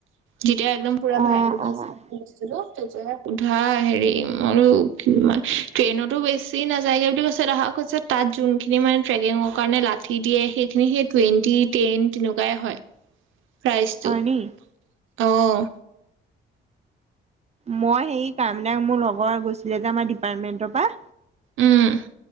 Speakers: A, on the right (about 80°); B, on the right (about 35°).
A: যেতিয়া একদম পুৰা
B: অ',
A: ভাইৰেল হৈ
B: অ',
A: আছিলে বস্তুটো পিধা হেৰি ম ট্ৰেইনতো বেছি নাযায়গে বুলি কৈছে দেহা কৈছে তাত যোনখিনি মানে ট্ৰেকিঙৰ কাৰণে ল ঠি দিয়ে সেইখিনি সেই টুৱন্টি টেন তেনেকুৱাই হয় প্ৰাইজটো
B: হয় নি?
A: অঁ
B: মই হে কামদাং মোৰ লগৰ গৈছিলে যে আমাৰ ডিপাৰ্টমেন্টৰ পৰা
A: উম